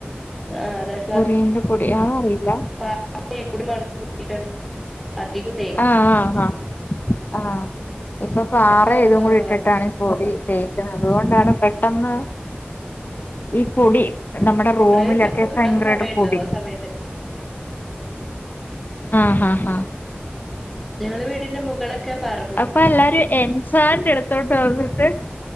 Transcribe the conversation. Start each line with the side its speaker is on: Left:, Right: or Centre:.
Centre: ആഹ് അതാണ്
Left: കുറി ഇന്റെ പൊടി അഹ് അറിയില്ല.
Centre: അയ് കൂടി മണല് കൂട്ടീട്ടാണ് അധികും.
Left: ആഹ് ആഹ് ആഹ് ആഹ് ഇപ്പം പാറേ
Centre: നല്ല ഒറപ്പാന്നൊക്കെ
Left: ഇതും കൂടി ഇട്ട്ട്ടാണ്.
Centre: പറഞ്ഞു
Left: പൊടി തേക്ക്ണത്. അതോണ്ടാണ് പെട്ടന്ന് ഈ പൊടി നമ്മടെ റൂമിലൊക്കെ
Centre: മണല് ചെലപ്പോ കിട്ടാത്ത
Left: ഭയങ്കരയിട്ട്
Centre: സമയണ്ടല്ലോ
Left: പൊടി.
Centre: ആ സമയത്തൊക്കെ
Left: ആഹ് ഹഹ ഹഹ
Centre: ഞങ്ങളെ വീടിന്റെ മുകളൊക്കെ പാറ
Left: അപ്പൊ എല്ലാരും എൻസാന്റ് ഇടുത്തോട്ട് വന്നിട്ട്